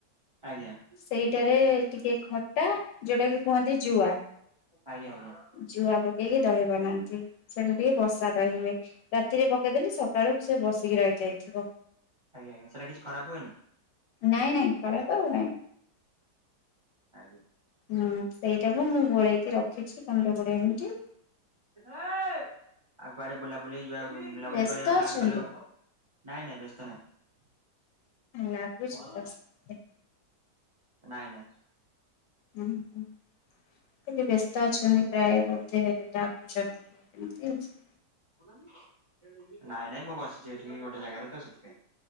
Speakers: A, on the right; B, on the left.
A: ଆଜ୍ଞା।
B: ସେଇଟାରେ ଟିକେ ଖଟା ଯୋଉଟା କି କୁହନ୍ତି ଜୁଆ।
A: ଆଜ୍ଞା ଆଜ୍ଞା।
B: ଜୁଆ ପକେଇକି ଦହିି ବନାନ୍ତି ସେମତି ବସା ଦହି ହୁଏ। ରାତିରେ ପକେଇଦେଲେ ସକାଳୁ ସେ ବସିକି ରହିଯାଇ। ଥିବ
A: ଆଜ୍ଞା ସେଟା କିଛି ଖରାପ ହୁଏନି
B: ନାଇଁ ନାଇଁ ଖରା କ ନାଇଁ।
A: ଆଜ୍ଞା।
B: ହଁ ସେଇଟାକୁ ମୁଁ ଗୋଳେଇକି ରଖିଛି ପନ୍ଦର କୋଡିଏ ମିନିଟି।
A: ଆଉ କୁଆଡେ ବୁଲାବୁଲି ଯିବା ବୁଲାବୁଲି
B: ବ୍ୟସ୍ତ
A: କରିବା ପ୍ଲାନ୍
B: ଅଛନ୍ତି।
A: କଲେ। ନାଇଁ ନାଇଁ ବ୍ୟସ୍ତ ନାଇଁ।
B: ଲାଗୁଛି ତ ସେଥିପାଇଁ
A: ନାଇଁ ନାଇଁ।
B: ହୁଁ ହୁଁ। ଲି ବ୍ୟସ୍ତ ଅଛନ୍ତି ପ୍ରାୟ ବୋଧେ ଡାକୁଛନ୍ତି କି କେମିତି
A: ନାଇଁ ନାଇଁ ମୁଁ ବସିଛି ଏଠି ଗୋଟେ ଜାଗାରେ ତ ସେଥିପାଇଁ।